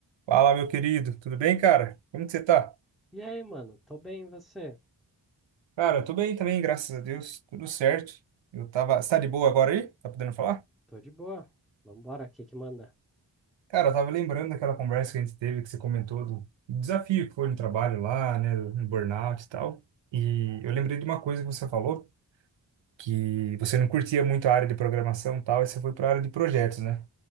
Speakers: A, on the right; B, in the centre.
A: Fala, meu querido, tudo bem, cara? Como que você tá?
B: E aí, mano? Tô bem, e você?
A: Cara, eu tô bem também, graças a Deus, tudo certo. Eu tava. Você tá de boa agora aí? Tá podendo falar?
B: Tô de boa. Vambora, o que que manda?
A: Cara, eu tava lembrando daquela conversa que a gente teve, que você comentou do do desafio que foi no trabalho lá, né, no burnout e tal. E eu lembrei de uma coisa que você falou, que você não curtia muito a área de programação e tal, e você foi pra área de projetos, né?